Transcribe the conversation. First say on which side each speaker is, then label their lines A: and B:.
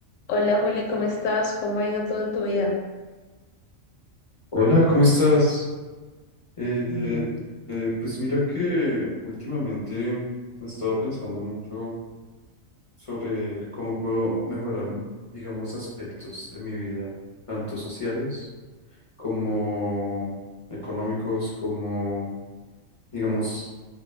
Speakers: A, on the left; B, on the left.
A: Hola Juli, ¿cómo estás? ¿Cómo ha ido todo en tu vida?
B: Hola, ¿cómo estás? Eh,
A: Bien, bien.
B: eh, pues mira que últimamente he estado pensando mucho sobre cómo puedo mejorar, m- digamos, aspectos de mi vida, tanto sociales como económicos, como, digamos,